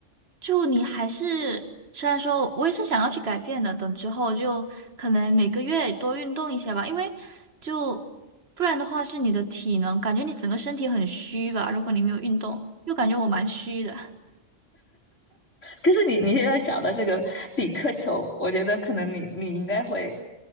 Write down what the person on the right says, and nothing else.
就你还是，虽然说我也是想要去改变的，等之后就可能每个月多运动一些吧，因为就不然的话是你的体能，感觉你整个身体很虚吧，如果你没有运动，又感觉我蛮虚的。